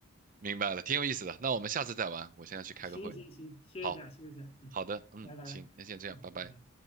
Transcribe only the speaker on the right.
明白了，挺有意思的。那我们下次再玩，我现在去开个会。
好，
好的，嗯，
行，那先这样，
拜拜。